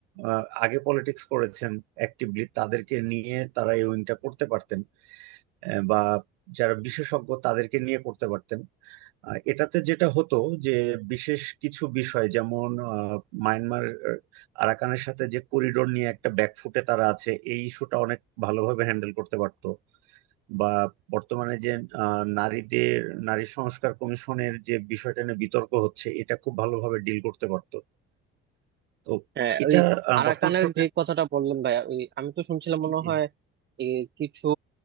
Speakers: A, on the right; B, on the right.
A: আহ, আগে পলিটিক্স করেছেন অ্যাক্টিভলি তাদেরকে নিয়ে তারা এই উইংটা করতে পারতেন আহ, বা যারা বিশেষজ্ঞ তাদেরকে নিয়ে করতে পারতেন আহ, এটাতে যেটা হতো যে বিশেষ কিছু বিষয় যেমন আহ, মায়ানমার আহ, আরাকানের সাথে যে করিডোর নিয়ে একটা ব্যাকফুটে তারা আছে এই ইস্যুটা অনেক ভালোভাবে হ্যান্ডেল করতে পারতো বা বর্তমানে যে আহ, নারীদের নারী সংস্কার কমিশনের যে বিষয়টা নিয়ে বিতর্ক হচ্ছে এটা খুব ভালোভাবে ডিল করতে পারতো তো
B: হ্যাঁ
A: এটা
B: ওই
A: আহ,
B: আরাকানের
A: বর্তমান সরকার
B: যে কথাটা বললেন ভাইয়া ওই আমি তো শুনছিলাম মনে
A: জি,
B: হয় এই কিছু